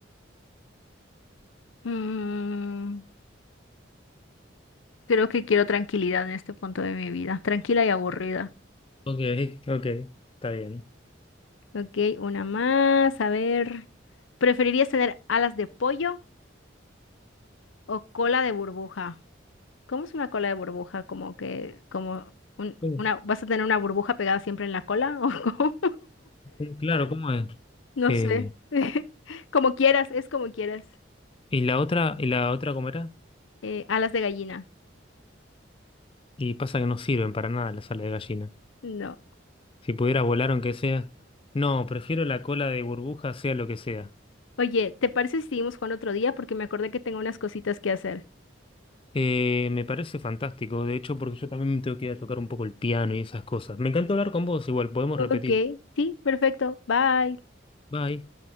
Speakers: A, on the left (about 85°); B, on the left (about 30°).
A: Mm, Creo que quiero tranquilidad en este punto de mi vida, tranquila y aburrida.
B: Ok, ok, está bien.
A: Ok, una más. A ver. ¿Preferirías tener alas de pollo o cola de burbuja? ¿Cómo es una cola de burbuja? Como que, como un-
B: Sí,
A: una, ¿vas a tener una burbuja pegada siempre en la cola? <laughs> ¿O cómo?
B: sí, Claro, ¿cómo es?
A: No
B: Eh,
A: sé. <laughs> Como quieras, es como quieras.
B: ¿y la otra, y la otra cómo era?
A: Eh, alas de gallina.
B: Y pasa que no sirven para nada la sala de gallina.
A: No.
B: Si pudiera volar aunque sea... No, prefiero la cola de burbuja, sea lo que sea.
A: Oye, ¿te parece si seguimos jugando otro día? Porque me acordé que tengo unas cositas que hacer.
B: Eh, me parece fantástico, de hecho, porque yo también me tengo que ir a tocar un poco el piano y esas cosas. Me encanta hablar con vos, igual podemos
A: Ok,
B: repetir.
A: sí, perfecto. Bye.
B: Bye.